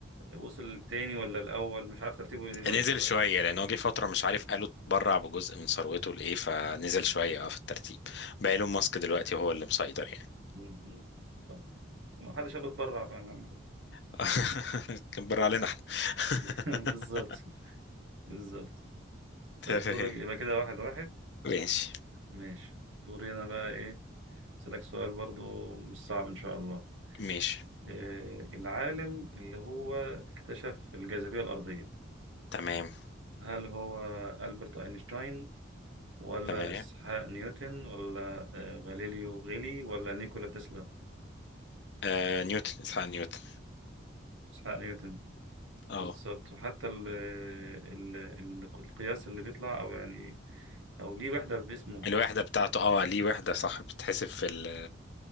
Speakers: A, on the right (about 85°); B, on the left (about 60°).
A: وصل التاني ولا الأول مش عارف ترتيبه إيه دلوقتي
B: نزل شوية لأن هو جه فترة مش عارف قالوا اتبرع بجزء من ثروته لإيه فنزل شوية اه في الترتيب بقى إيلون ماسك دلوقتي هو اللي مسيطر يعني
A: مم. طب ما حدش قال اتبرع فاهم
B: <laughs> كان برع علينا احنا <laughs>
A: <laughs> بالظبط بالظبط
B: تمام
A: طيب دورك يبقى كده واحد واحد
B: ماشي
A: ماشي دوري انا بقى ايه اسالك سؤال برضو مش صعب ان شاء الله
B: ماشي
A: إيه العالم اللي هو اكتشف الجاذبية الأرضية
B: تمام
A: هل هو ألبرت أينشتاين ولا
B: تمام
A: إسحاق نيوتن ولا آه، غاليليو غيلي ولا نيكولا تسلا
B: آه نيوتن اسحاق نيوتن
A: إسحاق نيوتن
B: اه
A: بالظبط وحتى ال ال ال القياس اللي بيطلع أو يعني او ليه وحده باسمه
B: الوحدة بتاعته اه ليه وحدة صح بتحسب في ال